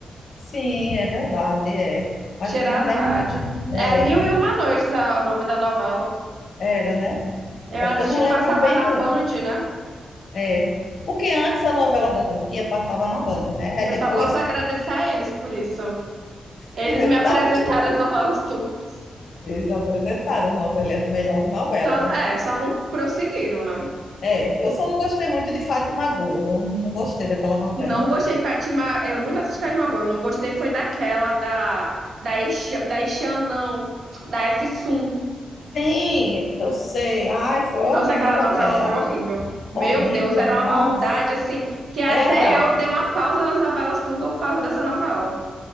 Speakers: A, on the left; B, on the right.
A: Sim, é verdade, é. Mas
B: Sheherazade.
A: eu não termino.
B: É
A: É,
B: Mil e Uma Noites é o nome da novela.
A: era, né?
B: Eu
A: É
B: assisti,
A: porque eu não lembro
B: passava
A: bem
B: na
A: dele.
B: Band, né?
A: É. Porque antes a novela da Turquia passava na Band, né? Aí
B: Eu
A: depois,
B: só posso agradecer a eles por isso. Eles
A: <laughs> é verdade,
B: me apresentaram as novelas turcas.
A: eles apresentaram novela, as melhores novelas,
B: Só-
A: né?
B: é, só não prosseguiram, né?
A: É, eu só não gostei muito de Fátima Gol, eu não gostei daquela novela.
B: Não gostei de Fátima, eu nunca assisti Fátima Agora, eu não gostei foi daquela da da Ishan, da Ishan não, da Efsun.
A: Sim, eu sei. Ai, foi horrível
B: Nossa, aquela novela
A: aquela.
B: foi horrível. Meu
A: Horrível,
B: Deus, era
A: nossa.
B: uma maldade assim, que até
A: Era,
B: eu dei uma pausa nas novelas turcas por causa dessa novela.